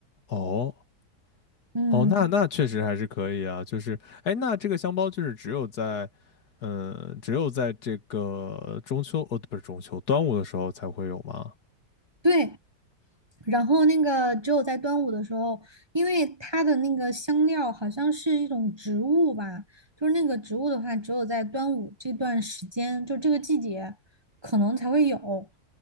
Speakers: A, on the left (about 75°); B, on the right (about 20°).
A: 哦
B: 嗯，
A: 哦，那那确实还是可以啊。就是，哎，那这个香包就是只有在，嗯，只有在这个中秋，哦，不是中秋，端午的时候才会有吗？
B: 对。然后那个只有在端午的时候，因为它的那个香料好像是一种植物吧，就是那个植物的话，只有在端午这段时间，就这个季节可能才会有。